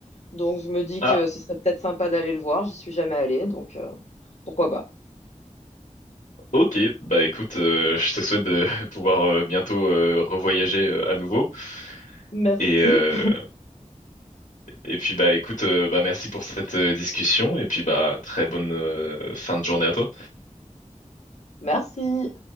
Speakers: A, on the left; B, on the left.
A: donc je me dis
B: Ah,
A: que ce serait peut-être sympa d'aller le voir. J'y suis jamais allée, donc euh, pourquoi pas.
B: ok. Bah écoute, euh, je te souhaite de <laughs> pouvoir euh, bientôt euh, revoyager euh, à nouveau.
A: Merci.
B: Et, euh, et puis bah écoute, euh, bah merci pour cette euh, discussion et puis bah très bonne euh, fin de journée à toi.
A: Merci.